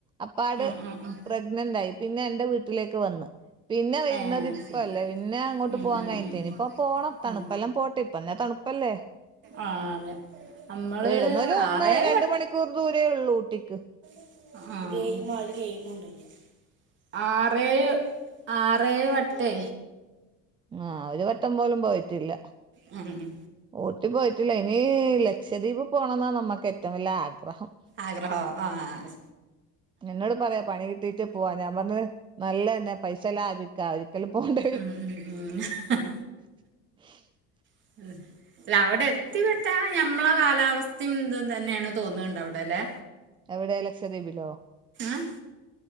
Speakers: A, on the right (about 15°); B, on the right (about 35°).
A: അപ്പാട്
B: ഉം ഉം ഉം
A: പ്രഗ്നന്റായി പിന്നെ എൻറെ വീട്ടിലേക്ക് വന്ന് പിന്നെ വരന്നതിപ്പല്ലേ
B: ഏ ശരി
A: പിനഅങ്ങോട്ട്
B: ഉം
A: പോവാൻ
B: ഉം
A: കഴിഞ്ഞട്ടേനി
B: ഉം
A: ഇപ്പൊ പോണം
B: ഉം
A: തണുപ്പെല്ലാം
B: ഉം
A: പോട്ടെ. <unintelligible> തണുപ്പല്ലേ
B: ആ അതെ നമ്മള്
A: ഈടുന്നൊരു ഒന്നരണ്ട്
B: ആറേഴ്
A: മണിക്കൂർ ദൂര ഇതേ ഉള്ളൂ ഊട്ടിക്ക്.
B: ആഹ് ആറേയ് ആറേയ് വട്ടെ
A: ആഹ് ഒരു വട്ടം പോലും പോയിട്ടില്ല.
B: ഹ്മ്മ്ഹ്മ്മ്
A: ഊട്ടി പോയിട്ടില്ല. ഇനി ലക്ഷദ്വീപ് പോണംന്നാ നമ്മുക്ക് ഏറ്റവും വല്ല്യ ആഗ്രഹം.
B: ആഗ്രഹോ ആഹ്
A: എന്നോട് പറയാ പണി കിട്ടീട്ട് പോവാ ഞാൻ പറഞ് നല്ലന്നെ പൈസ ലാഭിക്കാ ഒരിക്കലും പോണ്ട
B: മ് മ് ആഹ്
A: <inaudible>
B: <unintelligible> അല്ല അവിടെ എത്തിപ്പെട്ട ഞമ്മളെ കാലാവസ്ഥയും തും തന്നെയാണ്. തോന്നുന്നുണ്ട് അവിടെ ല്ലെ
A: എവിടെ ലക്ഷദ്വീപിലോ?
B: ഏ